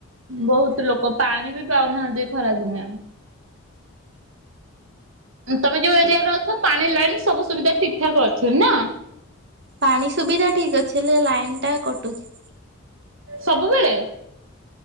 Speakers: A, on the right; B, on the right.
A: ବହୁତ ଲୋକ ପାଣି ବି ପାଉନାହାନ୍ତି ଏ ଖରା ଦିନେ। ତମେ ଯୋଉ ଏରିଆରେ ଅଛ ପାଣି ଲାଇନ ସବୁ ସୁବିଧା ଠିକ ଠାକ ଅଛି ନା?
B: ପାଣି ସୁବିଧା ଠିକ ଅଛି ହେଲେ ଲାଇନ ଟା କଟୁଛି।
A: ସବୁବେଳେ?